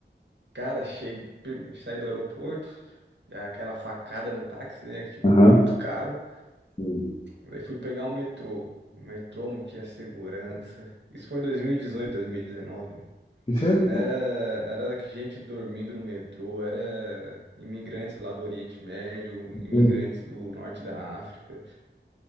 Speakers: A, on the right; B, on the left.
A: Cara, cheguei, prime- saí do aeroporto, já aquela facada no táxi, né? que, Tipo,
B: Aham.
A: muito caro.
B: Sim.
A: Aí fui pegar o metrô. O metrô não tinha segurança. Isso foi em 2018, 2019, né?
B: Isso é é
A: Era, era gente dormindo no metrô, era imigrantes lá do Oriente Médio, imigrantes
B: mesmo.
A: do norte da África.